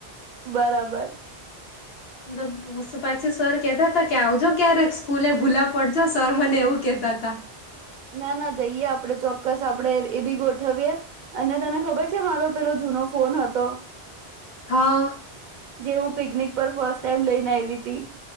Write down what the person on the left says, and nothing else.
<unintelligible> પછી સર કેતા હતા કે, આવજો ક્યારેક સ્કૂલે ભૂલા પડજો સર મને એવું કેતા હતા.
હા.